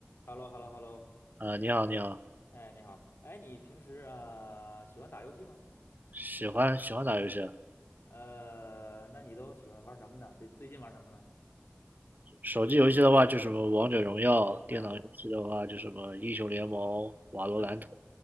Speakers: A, on the left; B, on the right.
A: h e l l o h e l l o h e l l o
B: 呃，你好，你好，
A: 哎，你好，哎，你平时啊呃喜欢打游戏吗？
B: 喜欢喜欢打游戏啊
A: 呃，那你都喜欢玩什么呢？最最近玩什么了？
B: 手机游戏的话，就什么王者荣耀；电脑游戏的话，
A: 啊
B: 就什么英雄联盟、瓦罗兰特、
A: 啊